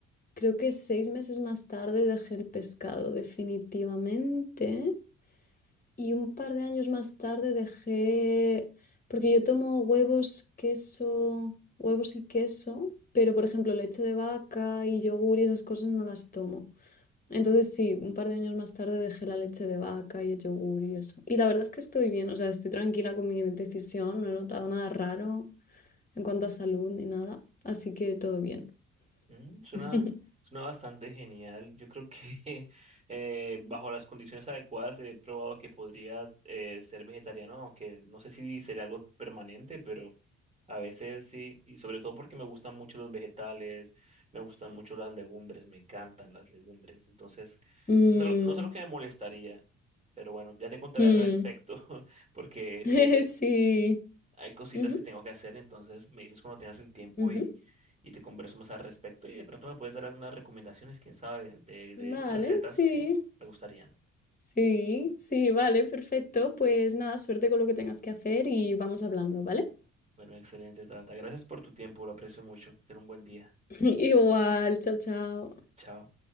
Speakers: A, on the left; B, on the right.
A: creo que seis meses más tarde dejé el pescado definitivamente y un par de años más tarde dejé, porque yo tomo huevos, queso, huevos y queso, pero por ejemplo leche de vaca y yogur y esas cosas no las tomo. Entonces sí, un par de años más tarde dejé la leche de vaca y el yogur y eso. Y la verdad es que estoy bien, o sea, estoy tranquila con mi decisión, no he notado nada raro en cuanto a salud ni nada, así que todo bien.
B: Mm, suena,
A: <laughs>
B: suena bastante genial. Yo creo que <laughs> eh, bajo las condiciones adecuadas he probado que podría eh, ser vegetariano, aunque no sé si sería algo permanente, pero a veces sí, y sobre todo porque me gustan mucho los vegetales, me gustan mucho las legumbres, me encantan las legumbres. Entonces,
A: Mm,
B: no sé, lo- no sé lo que me molestaría, pero bueno, ya te contaré
A: mm.
B: al respecto, <laughs> porque
A: <laughs>
B: eh,
A: Sí.
B: hay cositas
A: Ujú,
B: que tengo que hacer, entonces me dices cuando tengas el tiempo
A: ujú.
B: y, y te converso más al respecto y de pronto me puedes dar algunas recomendaciones, quién sabe, de, de
A: Vale,
B: recetas
A: sí.
B: que me gustarían.
A: Sí, sí, vale, perfecto. Pues nada, suerte con lo que tengas que hacer y vamos hablando, ¿vale?
B: Bueno, excelente, Tata. Gracias por tu tiempo, lo aprecio mucho. Ten un buen día.
A: <laughs> Igual, chao, chao.
B: Chao.